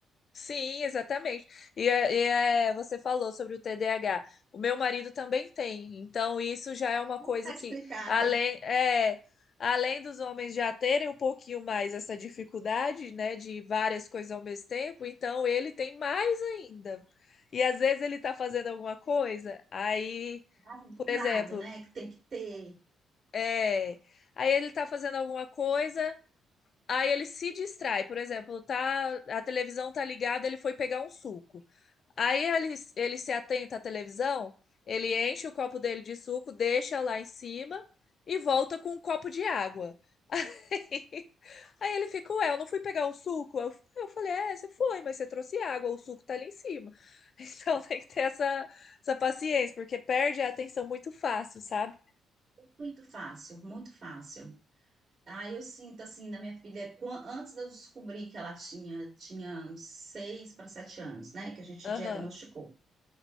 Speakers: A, on the left; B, on the right.
A: Sim, exatamente. E, é- e é, você falou sobre o TDAH. O meu marido também tem, então isso já é uma
B: Não
A: coisa
B: está
A: que,
B: explicado,
A: além, é, além dos homens já terem um pouquinho mais essa dificuldade, né, de várias coisas ao mesmo tempo, então ele tem mais ainda. E às vezes ele tá fazendo alguma coisa, aí,
B: dado dobrado,
A: por exemplo,
B: né? Que tem que ter.
A: é, aí ele tá fazendo alguma coisa. Aí ele se distrai, por exemplo, tá, a televisão tá ligada, ele foi pegar um suco. Aí ele, ele se atenta à televisão, ele enche o copo dele de suco, deixa lá em cima e volta com um copo de água. <laughs> Aí, aí ele fica, ué, eu não fui pegar um suco? Eu, eu falei, é, você foi, mas você trouxe água, o suco tá ali em cima. <laughs> Então tem que ter essa, essa paciência, porque perde a atenção muito fácil, sabe?
B: Muito fácil, muito fácil. Ah, eu sinto assim na minha filha, quan- antes de eu descobrir que ela tinha, tinha seis para sete anos, né? Que a gente
A: Aham,
B: diagnosticou.